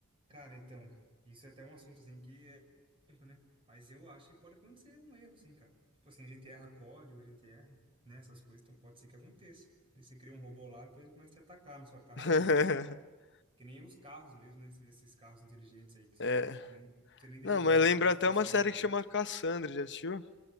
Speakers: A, on the right (about 25°); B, on the left (about 55°).
A: Cara, então, isso é até um assunto assim que é tempo, né? Mas eu acho que pode acontecer um erro, sim, cara. Tipo assim, a gente erra código, a gente erra, né, essas coisas, então pode ser que aconteça. Aí você cria um robô lá, depois ele começa a te atacar na sua casa.
B: <laughs>
A: Que nem os carros mesmo, né? Você vê esses carros inteligentes aí que você,
B: É.
A: tipo, nem, você nem dirigir
B: Não, mas
A: mais,
B: lembra
A: você coloca
B: até uma
A: seu
B: série
A: endereço.
B: que chama Cassandra, já assistiu?